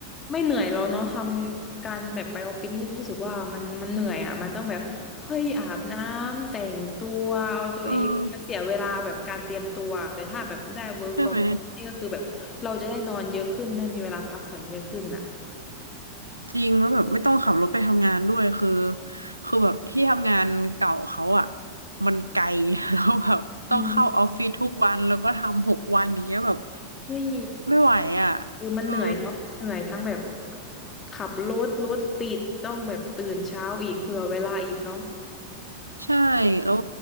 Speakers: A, on the left; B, on the right.
A: ไม่เหนื่อยเราเนาะทำการแบบไปออฟฟิศนี่รู้สึกว่ามันมันเหนื่อยอ่ะมันต้องแบบเฮ้ยอาบน้ำแต่งตัวเอาตัวเองมันเสียเวลาแบบการเตรียมตัวอะแต่ถ้าแบบได้
B: เออ
A: work
B: ใช่ไหม
A: from home นี่ก็คือแบบเราจะได้นอนเยอะขึ้นได้มีเวลาพักผ่อนเยอะขึ้นอ่ะ
B: จริงแล้วแบบไม่ต้องขับรถไปทำงานด้วยคือคือแบบที่ทำงานเก่าเขาอะมันไกล <laughs> แล้วแบบต้องเข้าออฟฟิศทุกวันแล้วก็ทำหกวันอย่างเงี้ยแบบ
A: อืมเฮ้ย
B: ไม่ไหวอะ
A: เออมันเหนื่อยเนาะเหนื่อยทั้งแบบ
B: เออ
A: ขับรถรถติดต้องแบบตื่นเช้าอีกเผื่อเวลาอีกเนาะ
B: ใช่แล้ว